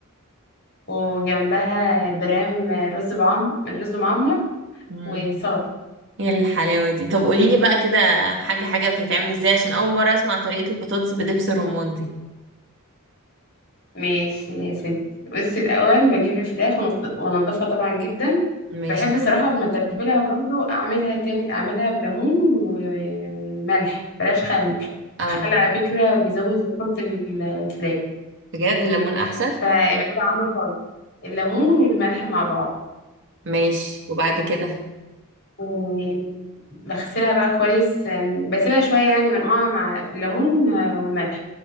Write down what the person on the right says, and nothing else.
امم
ايه الحلاوه دي طب قوليلي بقى كده حاجه حاجه بتتعمل ازاي عشان اول مره اسمع طريقه البطاطس بدبس الرمان دي
ماشي
اه
بجد الليمون احسن
ماشي وبعد كده